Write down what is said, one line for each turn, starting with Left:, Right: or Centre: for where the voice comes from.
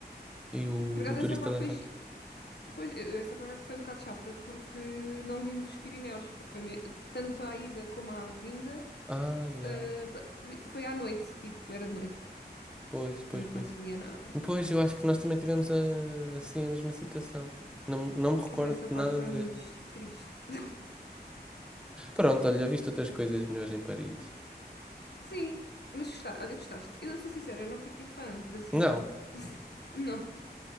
Centre: E o
Left: Por acaso
Centre: motorista
Left: essa parte
Centre: lá
Left: foi.
Centre: em baixo.
Left: chi- Pois, eh, essa parte foi um bocado chata, porque não vimos os Pirineus. Foi me- tanto à ida como à vinda.
Centre: Ah, yeah.
Left: f- eh, pa- vi- Foi à noite, tipo, era de noite.
Centre: Pois, pois,
Left: portanto
Centre: pois.
Left: não se via nada.
Centre: Pois, eu acho que nós também tivemos a- assim a mesma situação. Não, não me recordo
Left: Essa
Centre: de
Left: parte
Centre: nada
Left: foi
Centre: de
Left: muito
Centre: ver.
Left: triste. <laughs>
Centre: Pronto, olha, visto outras coisas melhores em Paris.
Left: Sim, mas gostaste, olha, gostaste. Eu sou sincera, eu não fiquei fã da cidade.
Centre: Não.
Left: <laughs> Não.